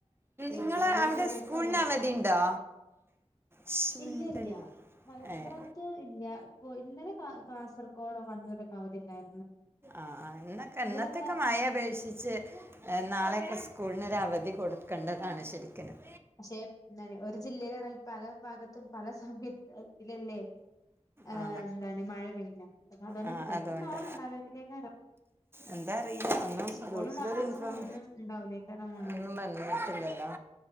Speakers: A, on the left (about 30°); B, on the right (about 20°).
A: വരും.
B: നിങ്ങള്
A: പിന്നെ
B: അവിടെ
A: ഈ സമയത്തല്ല
B: സ്കൂളിന് അവധി ഉണ്ടോ ഇശോ
A: ഇല്ല
B: മിണ്ടല്ലേ
A: ഇല്ല മലപ്പുറത്ത്
B: ആഹ്
A: ഇല്ല ഇന്നലെ കാ കാസർകോഡോ കണ്ണൂ രുക്ക് അവധിണ്ടായി
B: ആക്കെ ഇന്നത്തൊക്കെ
A: അങ്ങനെ
B: മഴ അപേക്ഷിച്ച് നാളെക്- സ്കൂളിനരവധി കൊടുക്കേണ്ടതാണ് ശരിക്കിനും
A: പക്ഷെ ന്താന്ന് ഒരു ജില്ലയിലാൽ പല ഭാഗത്തും പല സമഎത്തിലല്ലേ ഏമ്
B: ആ
A: എന്താ മഴ പെയഞ്ഞ അപ്പൊ അതന്ന
B: ആ
A: ചെിലപ്പം
B: അതുകൊണ്ട്
A: നാൾ ഉണ്ടാവതിലേ കാരം
B: എന്താ അറിയില്ല ഒന്നും
A: സ്കൂളും
B: ഗ്രൂപ്പിലൊരു
A: മദ്രസും
B: ഇൻഫോം
A: ഒന്നും ഉണ്ടാവില്ലേ കാര വണെങ്കില്
B: ഒന്നും വന്നിട്ടില്ലല്ലോ